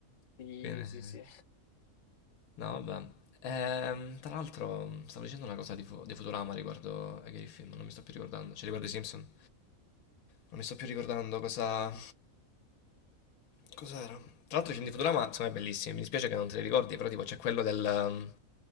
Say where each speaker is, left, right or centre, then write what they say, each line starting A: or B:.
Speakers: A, on the left; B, on the left.
A: sì
B: Quindi...
A: sì sì
B: No, vabbè. Ehm, tra l'altro, stavo dicendo una cosa di, Fu- di Futurama riguardo a che film, non mi sto più ricordando, cioè riguardo i Simpson. Non mi sto più ricordando cosa... Cos'era? Tra l'altro i film di Futurama sono bellissimi, mi dispiace che non te li ricordi, però tipo c'è quello del, um,